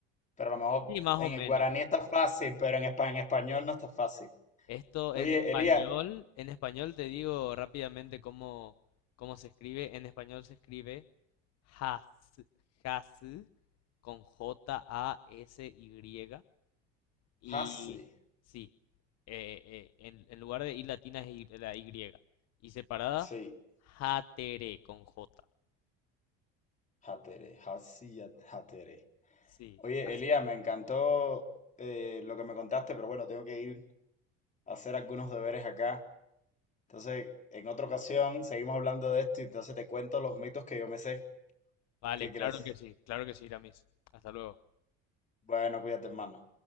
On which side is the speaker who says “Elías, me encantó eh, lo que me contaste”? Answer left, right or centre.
Left